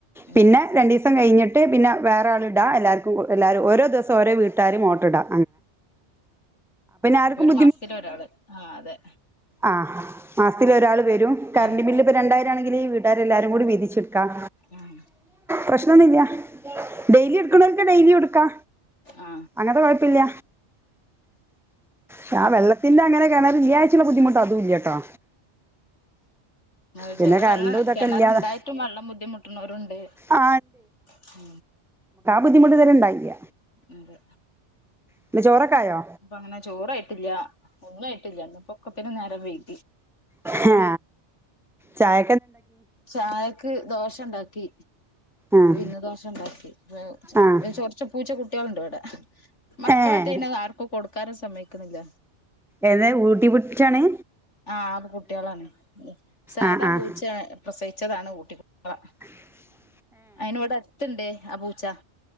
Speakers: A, on the left; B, in the centre.
A: ഏഹ്
B: പിന്നെ രണ്ടിവസ അസം കഴിഞ്ഞിട്ട് പിന്നെേറെൾ ഇടാം എല്ലാവർക്കും എല്ലാവും ഓരോ ദിവം ഓരോ വീട്ടുകാരും ഓട്ടിടാം ആർക്കും
A: അപ്പൊ ഒരു മാസത്തില ഒരാള് ആഹ അതെ
B: ആ മാസത്തിൽ ഒരാൾ വരും കറണ്ട്
A: ആ
B: ബില് ഇപ്പൾ രണ്ടായിരം ആണെങ്കിൽ ഈ വീട്ടുകർെല്ലാരും കൂടി വ വിതിിച്ചിട്ടും
A: ആ
B: പ്രശ്നൊന്നുമില്ല ഡെയിലി എടുക്കണക്ക ഡെലി എടുക്കാ
A: ആ
B: അങ്ങനത്തെ കുഴപ്പില്ല പ ആ വെള്ളത്തിന്റെ അങ്ങനെ കാണ വിിയാഴ്ചുള്ള ബുദ്ധിമുട്ട് അത ഇല്ലട്ടോ
A: അ
B: പിന്നെ
A: ചെറ
B: കറണ്ടും
A: വെള്ളം
B: ഇതൊക്കെ
A: കിണർണ്ടായിട്ടും
B: ഇല്ലാതെ
A: വെള്ളം ബുദ്ധിമുട്ടുന്നവരുണ്ട്
B: ആ
A: ആഹ
B: ബുദ്ധിമട്ട് ത ഉണ്ടായില്ല
A: അതെ
B: പിന്നെ ചോറൊക്കെ ആയോ
A: അപ്പൊ അങ്ങനെ ചോറായിട്ടില്ല ഒന്നും പൊക്കെ പിന്നെ നേരെ വെയി
B: ആഹ ചായ
A: ചായക്ക് ദോഷം ഉണ്ടാക്കി
B: ആഹ്
A: പിന്ന് ദോശം ഉണ്ടാക്കി
B: ആഹ്
A: ചറച്ച് പൂച്ച കുുട്ടികളുണ്ട്ോ ഇവിടെ മക്കളക്കെ
B: ഏഹ്
A: ആർക്കും കൊടുക്കാറ് സമ്മയക്കുന്നില്ല
B: ഏതാ ഊട്ടി പിടിച്ചാണ്
A: ആഹ ആ കുട്ടികളാണ് സാധാ
B: ആഹ് ആഹ്
A: പൂച്ച പ്രസയിിച്ചതാണ് ഊട്ടട്ടികള
B: ഉ <unintelligible>
A: അയിന് ഇവിടെ അത്തണ്ടേ ആ പൂച്ച